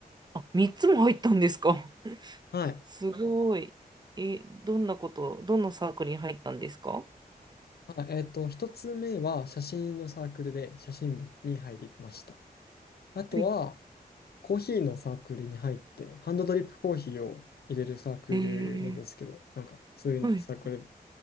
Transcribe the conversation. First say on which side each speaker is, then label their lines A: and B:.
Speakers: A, on the right (about 25°); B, on the left (about 75°).
A: あ、3つも入ったんですか <laughs>
B: はい。
A: すごい。え、どんなこと、どのサークルに入ったんですかは
B: あえっと、1つ目は写真のサークルで写真部に入りました。あとは、
A: い。
B: コーヒーのサークルに入って、ハンドドリップコーヒーを入れるサークルなんですけど、
A: えー、
B: なんか、そういうサークル。
A: はい、